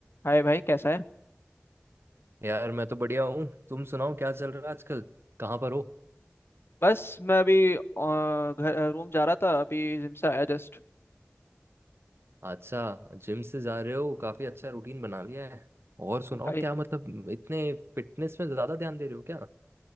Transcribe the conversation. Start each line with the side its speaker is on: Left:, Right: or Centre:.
Left: हाय भाई कैसा है
Right: यार मैं तो बढ़िया हूँ तुम सुनाओ क्या चल रहा है आजकल कहाँ पर हो
Left: बस मैं अभी अ, घर रूम जा रहा था अभी जिम से आया जस्ट
Right: अच्छा जिम से जा रहे हो काफी अच्छा रूटीन बना लिया है और सुनाओ
Left: भाई
Right: क्या मतलब इतने फिटनेस में ज्यादा ध्यान दे रहे हो क्या